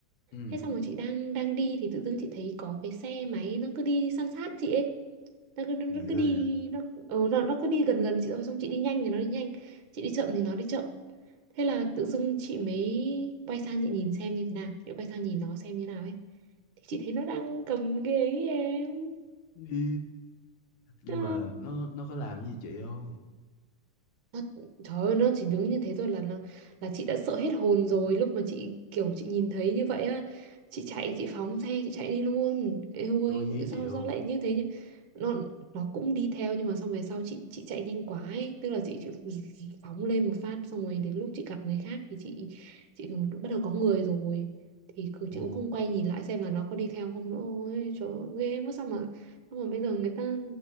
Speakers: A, on the left; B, on the right.
A: ừ
B: Thế xong rồi chị đang đang đi thì tự dưng chị thấy có cái xe máy nó cứ đi san sát chị ấy. nó cứ, nó
A: gì
B: cứ
A: ghê
B: đi
A: vậy
B: nó ừ, nó nó cứ đi gần gần chị thôi xong chị đi nhanh thì nó đi nhanh chị đi chậm thì nó đi chậm thế là tự dưng chị mới quay sang chị nhìn xem như thế nào chị quay sang nhìn nó xem như nào ấy thì chị thấy nó đang cầm ghế ấy em
A: Ý, nhưng
B: Ờ.
A: mà nó nó có làm gì chị không
B: Nó, trời ơi nó chỉ đứng như thế thôi là nó là chị đã sợ hết hồn rồi lúc mà chị kiểu chị nhìn thấy như vậy á chị chạy chị phóng xe chị chạy đi luôn Ê ôi
A: nó có dí chị
B: sao
A: không
B: sao lại như thế nhỉ nó nó cũng đi theo nhưng mà xong về sau chị chị chạy nhanh quá ấy. tức là chị, chị <laughs> phóng lên một phát xong rồi đến lúc chị gặp người khác thì chị chị kiểu bắt đầu có người rồi thì cứ
A: ồ
B: chị cũng không quay nhìn lại xem là nó có đi theo không nữa ôi trời ơi, ghê quá sao mà sao mà bây giờ người ta